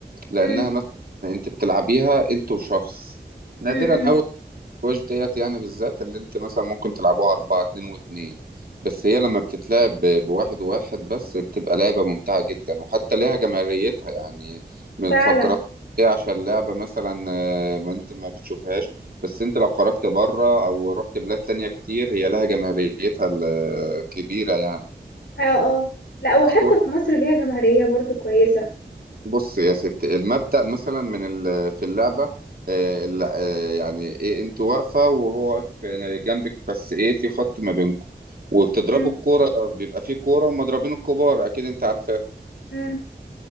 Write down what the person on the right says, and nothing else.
لانها
مثلا انت بتلعبيها انت وشخص نادرا
قوي السكواش ديت يعني بالذات اللي انت مثلا ممكن تلعبوها اربعة اتنين واتنين بس هي لما بتتلعب ب- بواحد وواحد بس بتبقى لعبة ممتعة جدا وحتى ليها جماهيريتها يعني ما
تفكرها ايه عشان لعبة مثلا آه، ما انت ما بتشوفهاش بس انت لو خرجت بره او رحت بلاد تانية كتير هي لها جماهيريتها الكبيرة يعني
سكواش
بص يا ست المبدأ مثلا من ال- في اللعبة آه، الل- آه، يعني ايه انت واقفة وهو واقف جنبك بس ايه في خط ما بينكم وبتضربوا
الكورة بيبقى في كورة ومضربين الكبار أكيد أنت عارفاه